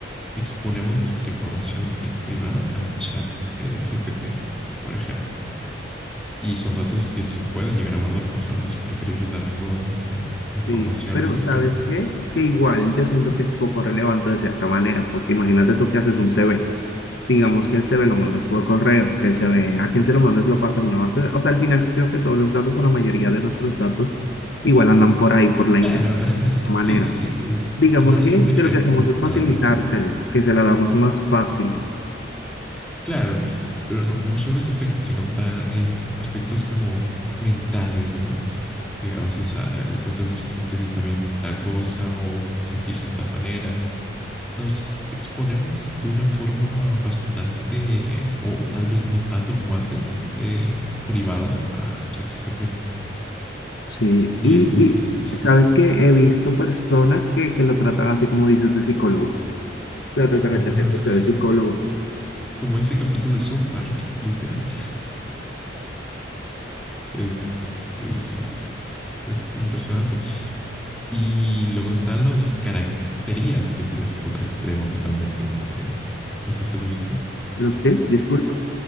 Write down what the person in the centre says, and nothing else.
Exponemos nuestra información eh, privada al chat eh, GPT, por ejemplo. Y son datos que se pueden llegar a guardar, por eso no es preferible dar toda nuestra información
ahí,
pero
claro,
<laughs>
sí,
sí, sí, es, es-
ajá,
era un ejemplo,
nada
más.
Claro, pero no, no solo ese aspecto, sino da eh, aspectos como mentales, ¿no? Eh, a veces ah, le preguntas a ChatGPT si está bien tal cosa o sentirse de tal manera. Nos exponemos de una forma bastante, eh, o tal vez no tanto como antes, eh, privada a ChatGPT.
Y
estos,
es-
como,
ah,
como ese capítulo de South Park, literal, es, es, es, es impresionante. Y luego están los caracterías, que eso ya es otro extremo totalmente. eh, no sé si has visto.